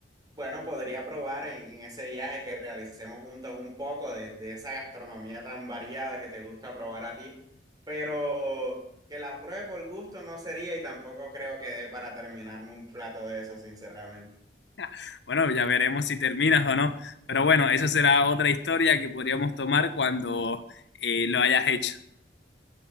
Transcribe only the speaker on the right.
Bueno, podría probar en, en ese viaje que realicemos juntos un poco de, de esa gastronomía tan variada que te gusta probar a ti, pero que la pruebe por gusto no sería y tampoco creo que dé para terminarme un plato de eso, sinceramente.